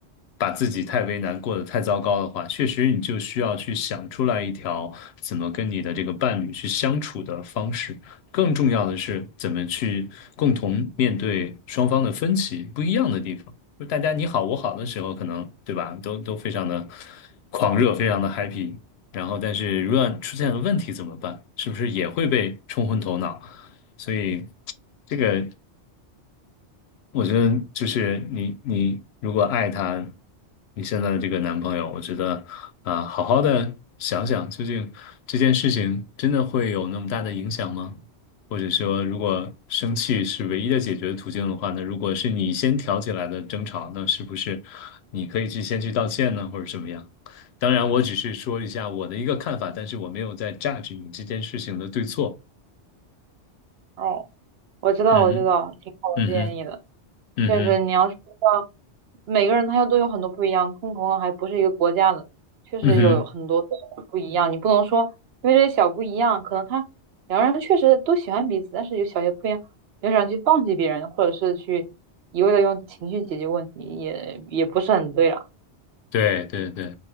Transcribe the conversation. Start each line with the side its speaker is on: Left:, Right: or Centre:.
Left: 把自己太为难，过得太糟糕的话，确实你就需要去想出来一条怎么跟你的这个伴侣去相处的方式。更重要的是，怎么去共同面对双方的分歧、不一样的地方。就大家你好我好的时候，可能对吧，都都非常的狂热，非常的 happy。然后，但是如果出现了问题怎么办？是不是也会被冲昏头脑？所以这个我觉得就是你，你如果爱他，你现在的这个男朋友，我觉得啊，好好的想想，究竟这件事情真的会有那么大的影响吗？或者说，如果生气是唯一的解决途径的话，那如果是你先挑起来的争吵，那是不是你可以去先去道歉呢，或者什么样？当然，我只是说一下我的一个看法，但是我没有在 judge 你这件事情的对错。
Right: 哦，我知道我知道，
Left: 嗯哼，
Right: 挺好的建议的。
Left: 嗯哼，嗯哼，
Right: 确实，你要是道每个人他要都有很多不一样，更何况还不是一个国家的，确实有很多不一样。
Left: 嗯哼。
Right: 你不能说因为这些小不一样，可能他两个人确实都喜欢彼此，但是有小些不一样，你就想去放弃别人，或者是去一味的用情绪解决问题，也也不是很对了。
Left: 对对对，